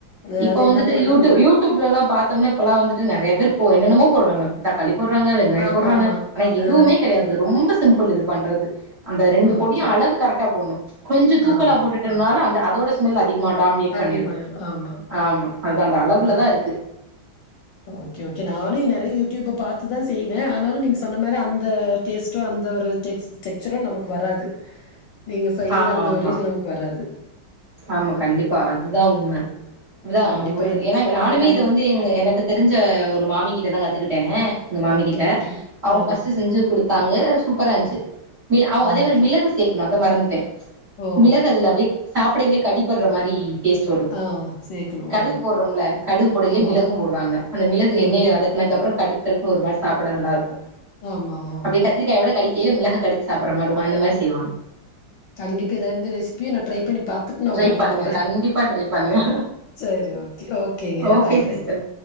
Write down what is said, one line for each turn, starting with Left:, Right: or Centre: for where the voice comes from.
Left: அ
Right: இப்ப
Left: அது
Right: வந்துட்டு
Left: என்ன பொடி
Right: யூட்டூ
Left: போடும்
Right: யூடூப்லல்லா பாத்தம்னா இப்பலா வந்துட்டு நறையா பேர் பொ என்னென்னமோ போட்றாங்க தக்காளி போடுறாங்க வெங்காயம்
Left: ஆமாமா.
Right: போடுறாங்க ஆனா எதுமே
Left: ஆ
Right: கெடையாது ரொம்பஸ் சிம்பிள் இது பண்றது அந்த ரெண்டு பொடிய
Left: ஓகே, ஓகே.
Right: அளவு கரெக்டா போட்ணு கொஞ்ச தூக்கலா
Left: ஆமா.
Right: போட்டுட்டம்னாலு த அதோட ஸ்மெல் அதிகமா டாமினேட்
Left: அதிகமாயிரும்.
Right: பண்ணீரு
Left: ஆமா.
Right: ஆமா அதா அந்த அளவுல
Left: அ
Right: தா இருக்கு
Left: ஓகே ஓகே நானு நெறைய‌ யூடியூப பாத்துதா செய்வே ஆ ஆனாலு நீங்க சொன்ன மாரி அந்த டேஸ்ட்டு அந்த ஒரு டெக்ஸ் டெக்சரு நமக்கு வராது நீங்க செய்ற
Right: ஆமா
Left: அந்த
Right: ஆமா
Left: ஒரு இது நமக்கு வராது
Right: ஆமா கண்டிப்பா அதுதா உண்ம தா
Left: கண்டிப்பா
Right: ஒரு
Left: இது
Right: எனா நானுமே
Left: கண்
Right: இத வந்து எங் எனக்கு தெரிஞ்ச ஒரு மாமி கிட்டதாங் கத்துக்கிட்டே ங்க மாமி
Left: ஓகே,
Right: கிட்ட
Left: ஓகே.
Right: அவுங்க
Left: ஆ
Right: ஃபஸ்ட்டு செஞ்சு குடு பாங்க சூப்பராஞ்ச்சு மிள் அவ் அதே
Left: ஓகே.
Right: மாரி மிளகு சேக்னு த மறந்துட்டே
Left: ஓ
Right: மிளகு அதுல அப்டே சாப்பிடைலியே கடிபட்ற மாரி டேஸ்ட் வரு
Left: ஆ சேக்கணு
Right: கடுகு
Left: ஓ
Right: போட்றோம்ல கடுகு போடைலியே
Left: ஆமா
Right: மிளகும் போடுவாங்க அந்த மிளகு
Left: ஆ
Right: எண்ணெய்ல வதக்குனக் அப்றோ கடுக் கடுக்னு ஒரு மாரி சாப்பட நல்லாருக்கூ
Left: ஆமா ஆ
Right: அப்டே கத்திரிக்காயோட கடிக் கீழே மிளக கடிச்சு சாப்பற மார்ருக்கு <unintelligible> மாரி செய்வாங்
Left: கண்டிப்பா இது ரண்டு ரெசி ப்பியே நா ட்ரை பண்ணி பாத்துட் நா
Right: ட்ரை
Left: உங்ளுக் கூப்பிட்றே
Right: பண்ணுங்க கண்டிப்பா ட்ரை பண்ணுங்க
Left: செரி ஓகே ஓகேங்க
Right: ஓகே
Left: பாய்
Right: சிஸ்டர்
Left: பாய்